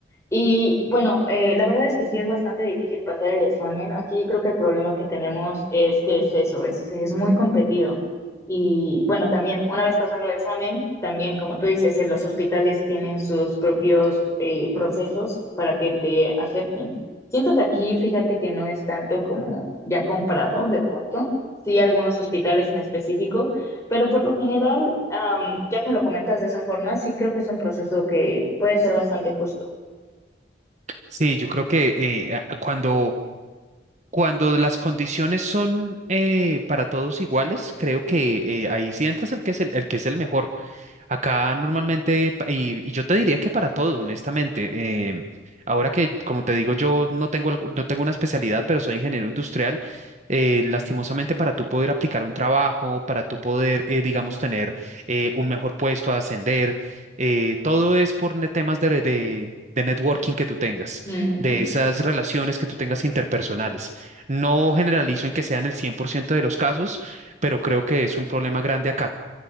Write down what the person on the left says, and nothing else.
Y bueno, eh, la verdad es que sí es bastante difícil pasar el examen. Aquí creo que el problema que tenemos es que es eso, es, es muy competido. Y bueno, también, una vez pasando el examen, también, como tú dices, en los hospitales tienen sus propios eh, procesos para que te acepten. Siento que aquí, fíjate que no es tanto como ya comprado de pronto, sí algunos hospitales en específico, pero por lo general, am, ya que lo comentas de esa forma, sí creo que es un proceso que puede ser bastante justo.
Mm,